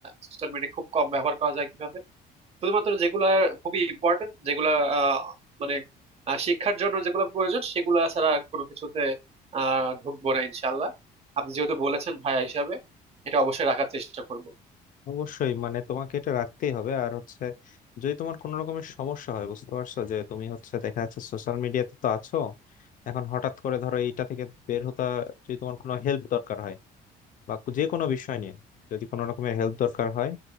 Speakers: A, on the right; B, on the left.
A: সোশ্যাল মিডিয়া খুব কম ব্যবহার করা যায় কিভাবে শুধুমাত্র যেগুলা খুবই ইম্পর্টেন্ট যেগুলা আহ, মানে আহ, শিক্ষার জন্য যেগুলো প্রয়োজন সেগুলা ছাড়া আর কোনো কিছুতে আহ ঢুকবো না ইনশাল্লাহ আপনি যেহেতু বলেছেন ভাইয়া হিসাবে এটা অবশ্যই রাখার চেষ্টা করব
B: অবশ্যই মানে তোমাকে এটা রাখতেই হবে আর হচ্ছে যদি তোমার কোনো রকমের সমস্যা হয় বুঝতে পারছো যে তুমি হচ্ছে দেখা যাচ্ছে সোশ্যাল মিডিয়াতে তো আছো এখন হঠাৎ করে ধরো এইটা থেকে বের হতে যদি তোমার কোনো হেল্প দরকার হয় বা যে কোনো বিষয় নিয়ে যদি কোনো রকমের হেল্প দরকার হয়